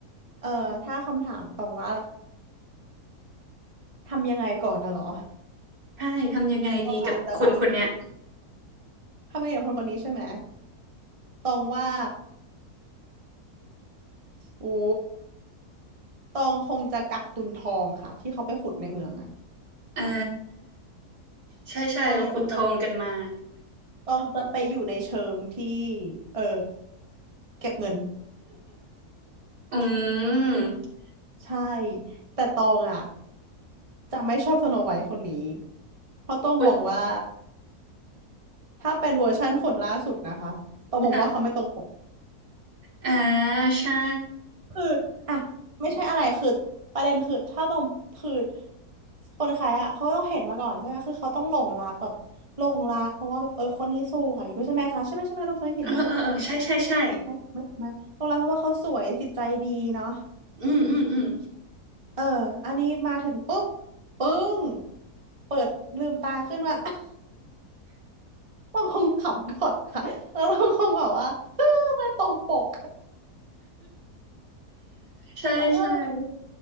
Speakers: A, on the right (about 20°); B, on the right (about 75°).
A: เออถ้าคำถามตองว่าทำยังไงก่อนนะเหรอ
B: ใช่ทำยังไงดีกับคนคนเนี้ย
A: ตองอาจจะแบบทำยังไงกับคนคนนี้ใช่ไหม ตองว่าโอ้ตองคงจะกักตุนทองค่ะที่เขาไปขุดในเมืองอ่ะ
B: อ่า ใช่ใช่เราขุดทองกันมา
A: ใช่ตองจะไม่ตองจะไปอยู่ในเชิงที่เออเก็บเงิน
B: อืม
A: <laughs> ใช่แต่ตองอ่ะจะไม่ชอบสโนไวท์คนนี้เพราะต้องมองว่า
B: ขุด
A: ถ้าเป็นเวอร์ชั่นคนล่าสุดนะคะต้องมองว่าเขาไม่ตรงปก
B: ค่ะอ่าใช่
A: คืออ่ะไม่ใช่อะไรคือประเด็นคือถ้าต้องคือคนขายอ่ะเขาก็ต้องเห็นมาก่อนใช่ไหมคือเขาต้องหลงรักแบบหลงรักเพราะว่าแบบเออคนนี้สวยด้วยใช่ไหมคะใช่ไหมใช่ไหมต้องจำไม่ผิดนะ
B: เออเออเออใช่ใช่ใช่
A: ถูกไหม่ไหม่ไหม่หลงรักเพราะว่าเขาสวยจิตใจดีเนาะ
B: อืมอืมอืม
A: เอออันนี้มาถึงปุ๊บปึ้งเปิดลืมตาขึ้นมา <laughs> ต้องคงขำก่อนค่ะแล้วเราคงแบบว่า <laughs> ไม่ตรงปก <laughs>
B: ใช่ใช่
A: แล้วก็